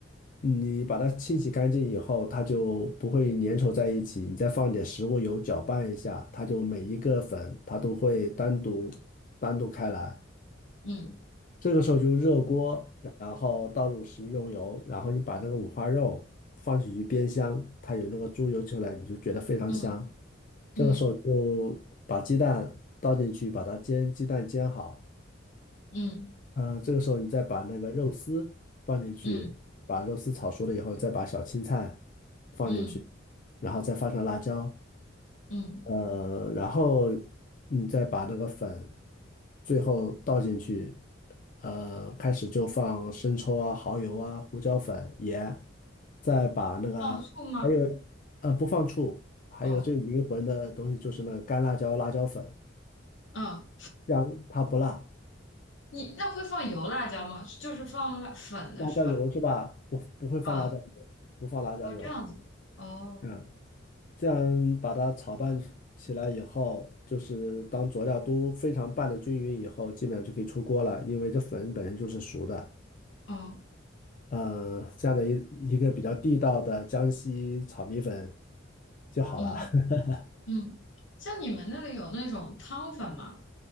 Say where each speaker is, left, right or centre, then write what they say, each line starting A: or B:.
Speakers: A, on the left; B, on the left.
A: 你把它清洗干净以后，它就不会粘稠在一起。你再放点食物油搅拌一下，它就每一个粉它都会单独单独开来。
B: 嗯
A: 这个时候就热锅，然后倒入食用油，然后你把那个五花肉放进去煸香，它有那个猪油出来，你就觉得非常香。
B: 嗯
A: 这个时候就把鸡蛋倒进去，
B: 嗯
A: 把它煎，鸡蛋煎好。
B: 嗯
A: 啊、这个时候你再把那个肉丝放进去，
B: 嗯
A: 把肉丝炒熟了以后，再把小青菜放进去，
B: 嗯
A: 然后再放上辣椒。
B: 嗯，嗯
A: 呃，然后你再把那个粉最后倒进去，呃，开始就放生抽啊、蚝油啊、胡椒粉、盐，再把那个还有
B: 放醋吗？
A: 呃不放醋，还有最灵魂的东西就是那个干辣椒、
B: 哦，
A: 辣椒粉，
B: 嗯，
A: 这样它不辣。
B: 你那会放油辣椒吗？就是放辣粉的是吧？
A: 辣椒油是吧？不不会放辣椒油，
B: 啊，
A: 不放辣椒油。
B: 哦这样子，哦
A: 嗯。这样把它炒拌起来以后，就是当佐料都非常拌的均匀以后，基本上就可以出锅了，因为这粉本身就是熟的。
B: 哦
A: 呃，这样的一一个比较地道的江西炒米粉就好了。
B: 嗯
A: <laughs>
B: 嗯，像你们那里有那种汤粉吗？